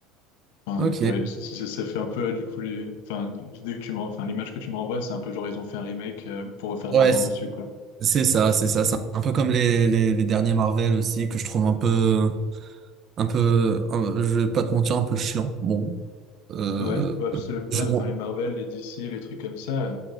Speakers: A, on the left; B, on the right.
A: Enfin,
B: Ok.
A: ouais, c- c- ça fait un peu du coup, les- enfin, l'idée que tu m'en- enfin, l'image que tu me renvoies, c'est un peu genre ils ont fait un remake euh, pour refaire
B: Ouais,
A: de l'argent
B: c'est
A: dessus, quoi.
B: c'est ça, c'est ça. C'est un peu comme les, les les derniers Marvel aussi que je trouve un peu un peu. un- je vais pas te mentir, un peu chiant. Bon. Euh,
A: Ouais, bah, c'est le pas,
B: je,
A: enfin, les Marvel, les DC, les trucs comme ça. euh,